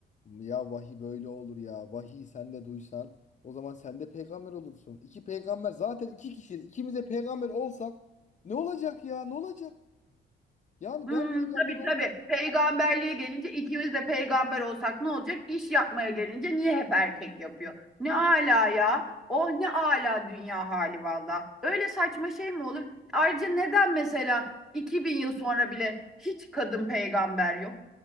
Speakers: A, on the left; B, in the centre.
A: Ya vahiy böyle olur ya. Vahiy sen de duysan o zaman sen de peygamber olursun. İki peygamber zaten iki kişiyiz. İkimiz de peygamber olsak ne olacak ya? Ne olacak? Yani
B: Hmm,
A: ben peygamber
B: tabii
A: olmuş.
B: tabii. Peygamberliğe gelince ikimiz de peygamber olsak ne olacak? İş yapmaya gelince niye hep erkek yapıyor? Ne ala ya. Oh ne ala dünya hali valla. Öyle saçma şey mi olur? Ayrıca neden mesela 2000 yıl sonra bile hiç kadın peygamber yok?